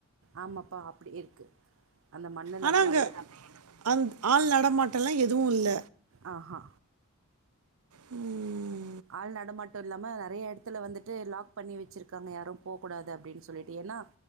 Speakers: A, on the right; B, on the right.
A: ஆமாப்பா அப்டி இருக்கு அந்த மண்ணுல
B: ஆனா
A: அப்டியே
B: அங்க
A: இது பண்
B: அந் ஆள் நடமாட்டொல்லா எ துவுல்ல
A: ஆ ஹா
B: ம்
A: ஆள் நடமாட்டொ இல்லாம நறைய எடத்துல வந்து ட்டு லாக் பண்ணி வச்சுருக்காங்க யாரு போகூடாது அப்டின் சொல்லிட்டு என்னா